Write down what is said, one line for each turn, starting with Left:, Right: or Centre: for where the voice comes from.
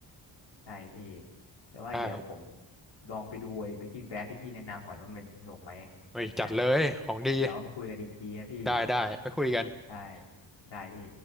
Left: ใช่พี่แต่ว่าเดี๋ยวผม
Centre: ได้
Left: ลองไปดูไอ้บิกกิ้งแบรนที่พี่แนะนำก่อนว่ามันสนุกไหมอย่างเงี้ย
Centre: เฮ้ยจัดเลยของดี
Left: เดี๋ยวมาคุยกันอีกทีนะพี่
Centre: ได้ได้ไปคุยกัน
Left: ใช่ได้พี่